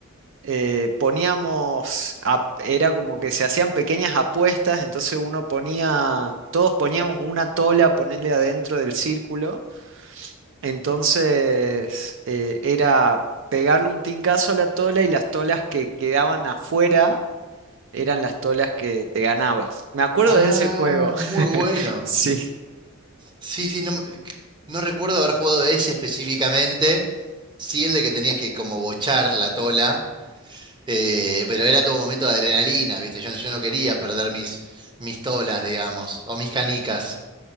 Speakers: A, on the right; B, on the right.
A: eh, poníamos, ap- era como que se hacían pequeñas apuestas, entonces uno ponía, todos poníamos una tola, ponerle adentro del círculo, entonces eh, era pegarle un tincazo a la tola y las tolas que quedaban afuera eran las tolas que te ganabas. Me acuerdo
B: Ah,
A: de ese juego.
B: muy
A: <laughs>
B: bueno.
A: Sí.
B: Sí, sí, no, me- no recuerdo haber jugado ese específicamente. Sí, el de que tenías que como bochar la tola. Eh, pero era todo un momento de adrenalina, ¿viste? Yo, no- yo no quería perder mis, mis tolas, digamos, o mis canicas.